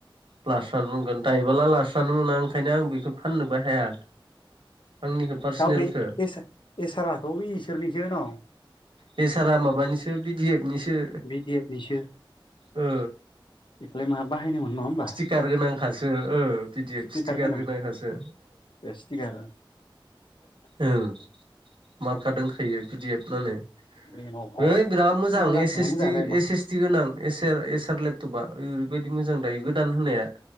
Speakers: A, on the right; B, on the left.
A: लास्रानो रगोन दायबोला लास्रानो मोना ओंखायनो आं बेखौ फाननोबो हाया आंनिखौ पार्सनेलखौ
B: दा बे एसारखौ बे इसोरनिसो न'
A: बे सारा माबानिसो बिडि एफ निसो
B: बि डि एबनिसो
A: ओ
B: इखोलाय माहा बाहायनोमोनो नङा होमबा
A: स्कार गोनांखासो P D F
B: speaker
A: sticker
B: गोनां
A: गोनांखासो
B: स्टिकार
A: ओं मारखा दोंखायो पि दि एफ फोरानो
B: लेन'भ'
A: है बिराद मोजां
B: मोजांसोमोन
A: एस एस
B: मोजाङालाय
A: ति
B: मा
A: एस एस ति गोनां एसेल एसार लेपटपा ओरैबायदि मोजां दायो गोदान होनाया